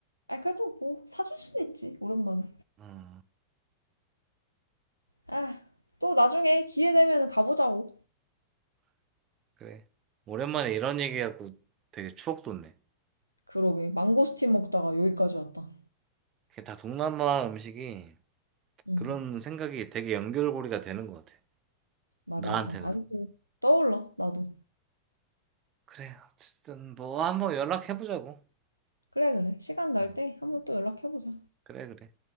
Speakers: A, on the left; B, on the right.
A: 아, 그래도 뭐 사줄 수도 있지, 오랜만에.
B: 음,
A: 아, 또 나중에 기회 되면 가보자고.
B: 그래. 오랜만에 이런 얘기하고 되게 추억 돋네.
A: 그러게, 망고스틴 먹다가 여기까지 왔다.
B: 그게 다 동남아 음식이
A: 응,
B: 그런 생각이 되게 연결고리가 되는 것 같아.
A: 맞아,
B: 나한테는.
A: 맞아. 아직도 떠올라, 나도.
B: 그래, 어쨌든 뭐 한번 연락해보자고.
A: 그래, 그래. 시간 날
B: 음.
A: 때 한번 또 연락해보자.
B: 그래, 그래.